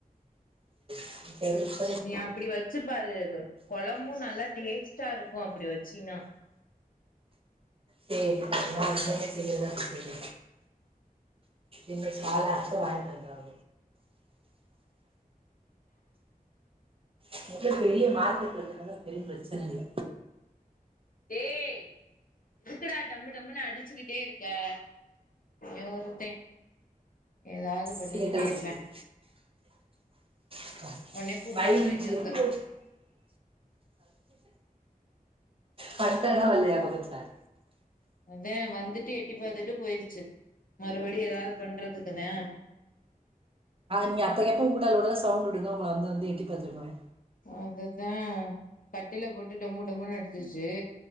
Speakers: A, on the right; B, on the left.
A: ம் பர்லீஃப்
B: நீ அப்படி வச்சு பாரு அத கொழம்பும் நல்லா டேஸ்ட்டா இருக்கும் அப்படி வச்சீன்னா
A: செரி நா இன்னொரு முற செய்றல அப்ப செய்யுற இங்க சால அத்த வாங்கிட்டு வந்தாவ <unintelligible> பெரிய மார்க்கெட் இருக்னால பெரிய பிரச்சன இல்ல
B: டய் இருக்கடா டம்மு டம்மு நான் அடிச்சுக்கிட்டே இருக்கேன் இவே ஒருத்தே ஏதாவ்து பண்ணிக்கிட்டே
A: சேட்ட முடியாது
B: இருப்பாங்
A: <inaudible>
B: ஒன்னே கூப்ட்டோம்னா இங்க வந்துரு
A: பட்டல்லாம் வெளையாகாது சார்
B: அதான் வந்துட்டு எட்டி பார்த்துட்டு போயிருச்சு மறுபடியும் ஏதாவ்து பண்றதுக்குதா
A: ஆ நீங்க அப்பக்கப்ப ஊடால ஊடால சவுண்ட் விடுங்க உங்கள வந்து எட்டி பாத்துட்டு போவா
B: அதுதா கட்டில போட்டு டம்மு டம்முனு அடிச்சுச்சு